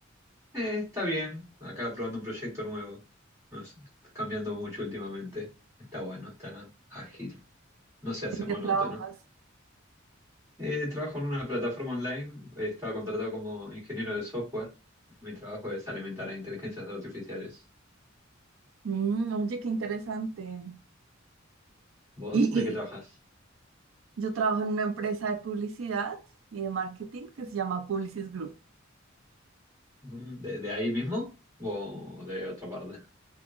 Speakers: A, on the right; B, on the right.
A: Eh, está bien, acá probando un proyecto nuevo. No sé, está cambiando mucho últimamente. Está bueno, está ágil, no se hace
B: ¿En qué
A: monótono.
B: trabajas?
A: Eh, trabajo en una plataforma online, eh, estaba contratado como ingeniero de software. Mi trabajo es alimentar a inteligencias artificiales.
B: Mm, oye, qué interesante.
A: ¿Vos
B: Y,
A: de
B: y
A: qué trabajas?
B: yo trabajo en una empresa de publicidad y de marketing que se llama Publicis Group.
A: Mm, ¿De, de ahí mismo o de otra parte?